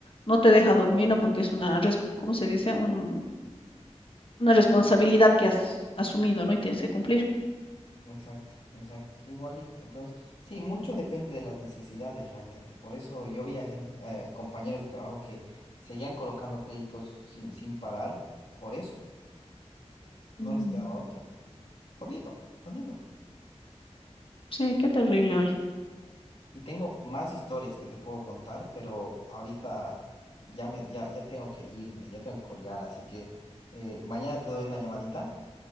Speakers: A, on the left; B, on the left.
A: no te deja dormir, ¿no? Porque es una, res- ¿cómo se dice? Un una responsabilidad que has asumido, ¿no? Y tienes que cumplir.
B: Exacto, exacto, igualito. Entonces, sí, mucho depende de las necesidades realmente. Por eso yo vi a gente, eh, compañeros de trabajo que seguían colocando créditos sin, sin parar, por eso, no
A: Mm,
B: les quedaba otra. Jodido, jodido.
A: Sí, qué terrible hoy.
B: Y tengo más historias que te puedo contar, pero ahorita ya me, ya, ya tengo que irme, ya tengo que colgar, así que eh, mañana te doy una llamadita.